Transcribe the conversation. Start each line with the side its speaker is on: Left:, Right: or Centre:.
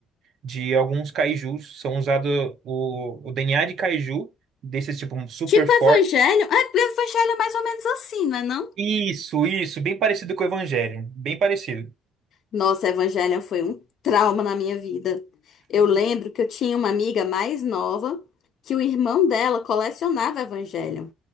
Right: de alguns kaijus. São usados o, o DNA de kaiju, desses tipo super
Left: Tipo
Right: forte.
Left: evangelho. É, evangelho é mais ou menos assim, não é não?
Right: Isso, isso, bem parecido com o Evangelion. Bem parecido.
Left: Nossa, Evangelion foi um trauma na minha vida. Eu lembro que eu tinha uma amiga mais nova que o irmão dela colecionava Evangelion.